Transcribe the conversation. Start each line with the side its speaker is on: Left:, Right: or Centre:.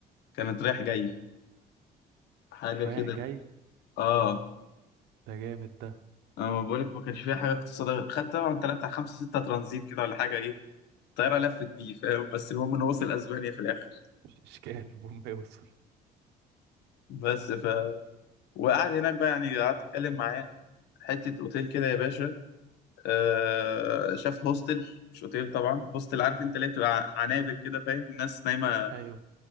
Left: كانت رايح جاي حاجة كده
Right: رايح جاي
Left: اه
Right: ده جامد ده
Left: انا ما بقولك ما كانش فيها حاجة اقتصادية خدت طبعا تلاتة بتاع خمسة ستة ترانزيت كده ولا حاجة ايه الطيارة لفت بيه فاهم بس المهم انه وصل اسبانيا في الاخر
Right: مش اشكال <laughs> المهم يوصل
Left: بس ف وقعد هناك بقى يعني قعدت اتكلم معاه حته اوتيل كده يا باشا آه شاف هوستل مش اوتيل طبعا هوستل عارف انت ليه بتبقى ع- عنابر كده فاهم الناس نايمه
Right: ايوه